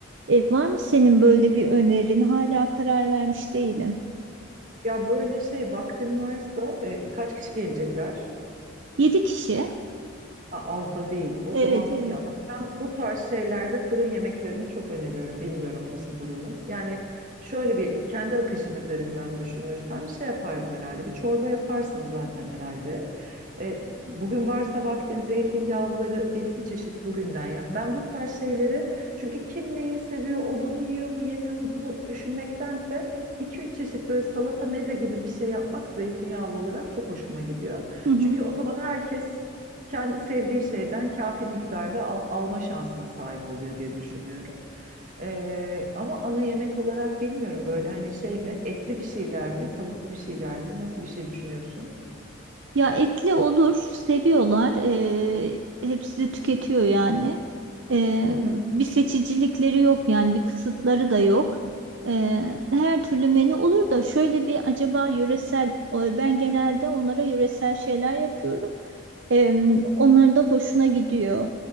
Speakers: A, on the right; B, on the right.
A: E, var mı senin böyle bir önerin? Hala karar vermiş değilim.
B: Ya böyle şey vaktin varsa e, kaç kişi gelecekler?
A: Yedi kişi.
B: A- Az da değil. O
A: Evet,
B: zaman
A: evet.
B: ya ben, ben bu tarz şeylerde fırın yemeklerini çok öneriyorum. Bilmiyorum nasıl durumun. Yani şöyle bir kendi akışım üzerinden düşünürsem şey yapardım herhalde. Bir çorba yaparsın zaten herhalde. E, bugün varsa vaktin zeytinyağlıları bir iki çeşit bugünden yap. Ben bu tarz şeyleri çünkü kim neyi seviyor, o bunu yiyor mu, yemiyor mu bunu düşünmektense iki üç çeşit böyle salata meze gibi bir şey yapmak zeytinyağlı olarak çok hoşuma gidiyor.
A: <laughs>
B: Çünkü o zaman herkes kendi sevdiği şeyden kafi miktarda al- alma şansına sahip oluyor diye düşünüyorum. Ee, ama ana yemek olarak bilmiyorum böyle hani şey mi etli bir şeyler mi tavuklu bir şeyler mi nasıl bir şey düşünüyorsun?
A: Ya etli olur, seviyorlar. Eee, hepsi de tüketiyor yani. Eee,
B: Hı hı.
A: bir seçicilikleri yok yani bir kısıtları da yok. Eee, her türlü menü olur da şöyle bir acaba yöresel, o- ben genelde onlara yöresel şeyler yapıyorum. Eee, onların da hoşuna gidiyor.